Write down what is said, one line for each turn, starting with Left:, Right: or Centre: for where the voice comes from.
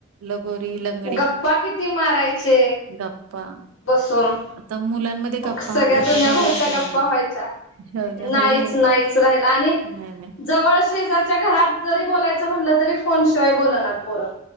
Right: लगोरी ल
Left: गप्पा किती मारायचे.
Right: गप्पा
Left: बसून
Right: आता मुलांमध्ये गप्पा
Left: सगळ्या
Right: हा प्रकार
Left: दुनियाभरच्या
Right: राहिलाच नाहीये.
Left: गप्पा व्हायच्या.
Right: हो हो.
Left: नाहीच नाहीच राहिलं आणि
Right: नाही नाही
Left: जवळ शेजारच्या घरात जरी बोलायचं म्हणलं, तरी फोन शिवाय बोलणात पोरं.